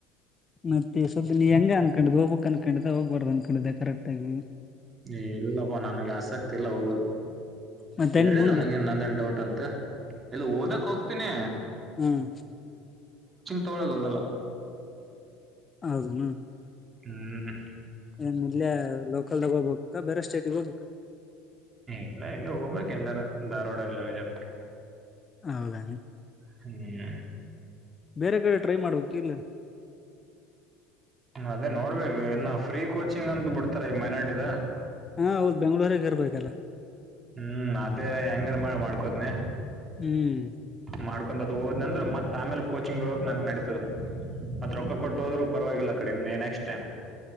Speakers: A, on the left; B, on the right.
A: ಮತ್ತೆ ಸ್ದ ನೀ ಹೆಂಗ ಅನ್ಕೊಂಡಿದ್ದ್ ಹೋಗ್ಕ್ ಅನ್ಕೊಂಡಿದ್ದೆ ಹೋಗ್ಬಾರ್ದು ಅನ್ಕೊಂಡಿದ್ದೆ ಕರೆಕ್ಟ್ ಆಗಿ
B: ಏ ಇಲ್ಲಪ್ಪ ನನ್ಗೆ ಆಸಕ್ತಿ ಇಲ್ಲ ಹೋಗೋದು
A: ಮತ್ತೆ
B: ಹೇಳಿನ
A: ಹೆಂಗ್ ಮುಂದ
B: ಅವನಿಗೆ ನಂದನ್ ಡೌಟ್ ಅಂತ ತ್ತ ಎಲ್ಲಿ ಓದಕ್ ಹೋಗ್ತೀನಿ
A: ಹ್ಮ್
B: ತೋಗೋಳಕ ಹೋಗಲ್ಲ
A: ಹೌದನ
B: ಹ್ಮ್
A: ಏನ್ ಇಲ್ಲಿಯ ಲೋಕಲ್ದಾಗ ಹೋಗ್ಬೇಕ ಬೇರೆ ಸ್ಟೇಟಗ್ ಹೋಗ್ಬೇಕ
B: ಇಲ್ಲ ಇಲ್ಲ ಹೋಗ್ಬೇಕ ಎಲ್ಲಾರ ಧಾರವಾಡ ಇಲ್ಲ ವಿಜಯಪುರ್
A: ಹೌದಾ
B: ಹ್ಮ್
A: ಬೇರೆ ಕಡೆ ಟ್ರೈ ಮಾಡ್ಬೇಕ ಇಲ್ಲ
B: ಅದೇ ನೋಡ್ಬೇಕೇು ಇನ್ನ ಫ್ರೀ ಕೋಚಿಂಗ್ ಅಂತ ಬಿಡ್ತಾರ ಈ ಮೈನಾರ್ಟಿದ
A: ಹಾ ಹೌದು ಬೆಂಗಳೂರಾಗ ಇರ್ಬೇಕಲ್ಲ
B: ಹ್ಮ್ ಅದೇ ಹೆಂಗಾರ ಮಾಡ್ಕೋತನ
A: ಹ್ಮ್
B: ಮಾಡ್ಕೊಂಡ ಅದು ಹೋದ್ ಅಂದ್ರೆ ಮತ್ತ ಆಮೇಲೆ ಕೋಚಿಂಗ್ ಹೋಗಕ್ ನಂಗ ನಡೀತದೆ ಮತ್ ರೊಕ್ಕ ಕೊಟ್ಟು ಹೋದ್ರು ಪರವಾಗಿಲ್ಲ ಕಡೆ ನೆಕ್ಸ್ಟ್ ಟೈಮ್